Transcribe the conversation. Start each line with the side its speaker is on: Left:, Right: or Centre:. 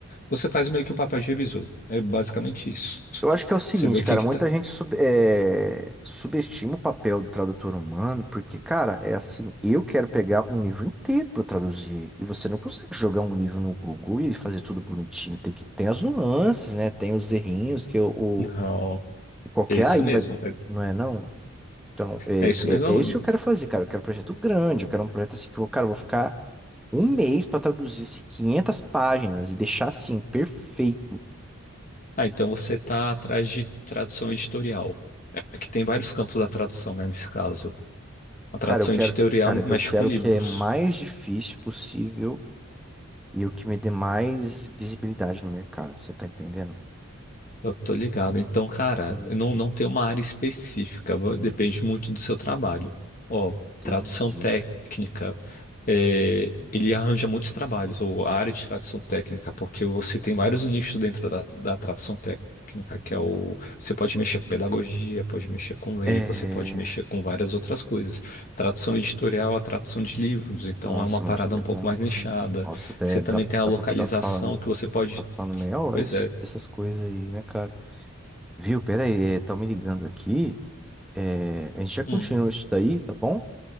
Left: Você faz meio que o papel de revisor. É basicamente isso.
Centre: Eu acho que é o seguinte,
Left: Você vê o que
Centre: cara,
Left: que
Centre: muita
Left: tá.
Centre: gente sub- eh, subestima o papel do tradutor humano, porque, cara, é assim, eu quero pegar um livro inteiro para traduzir, e você não consegue jogar um livro no Google e fazer tudo bonitinho, tem que tem as nuances, né? Tem os errinhos que o, o-
Left: Não.
Centre: o qualquer
Left: É isso
Centre: aí
Left: mesmo.
Centre: vai, não é não? Então, é,
Left: É, é isso mesmo. aluno.
Centre: é, é isso que eu quero fazer, cara, eu quero um projeto grande, eu quero um projeto assim que eu, cara, eu vou ficar um mês para traduzir assim, 500 páginas e deixar assim perfeito
Left: Ah, então você está atrás de tradução editorial. É que tem vários campos da tradução, né, nesse caso. A tradução
Centre: Cara, eu quero,
Left: editorial
Centre: cara,
Left: mexe
Centre: eu quero
Left: com livros.
Centre: que é mais difícil possível e o que me dê mais visibilidade no mercado. Você tá entendendo?
Left: Eu tô ligado. Então, cara,
Centre: Hum,
Left: não, não tem uma área específica, va- depende muito do seu trabalho. Ó,
Centre: Entendi.
Left: tradução técnica, é, ele arranja muitos trabalhos, ou a área de tradução técnica, porque você tem vários nichos dentro da, da tradução técnica, que é o. Você pode mexer com pedagogia, pode mexer com lei,
Centre: É...
Left: você pode mexer com várias outras coisas. Tradução editorial, a tradução de livros, então
Centre: Nossa,
Left: é uma parada
Centre: muito legal.
Left: um pouco mais nichada.
Centre: cara. Nossa, até
Left: Você também
Centre: dá,
Left: tem a
Centre: dá
Left: localização
Centre: pra ficar falando,
Left: que você pode.
Centre: ficar falando meia hora
Left: Pois
Centre: des-
Left: é.
Centre: dessas coisas aí, né, cara? Viu? Pera aí, é, tá me ligando aqui. É, A gente já continua
Left: Hum.
Centre: isso daí, tá bom?